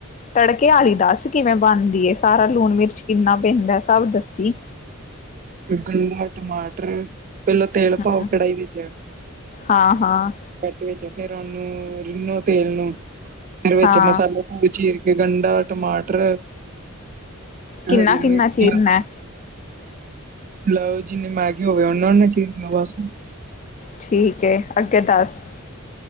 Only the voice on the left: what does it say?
ਤੜਕੇ ਆਲੀ ਦੱਸ ਕਿਵੇਂ ਬਣਦੀ ਏ। ਸਾਰਾ ਲੂਣ ਮਿਰਚ ਕਿੰਨਾ ਪੈਂਦਾ ਸਭ ਦੱਸੀ।
ਹਮ
ਹਾਂ- ਹਾਂ।
ਹਾਂ
ਕਿੰਨਾ
ਕਿੰਨਾ
ਚੀਰਨਾ
ਛੀਕ ਏ ਅੱਗੇ ਦੱਸ।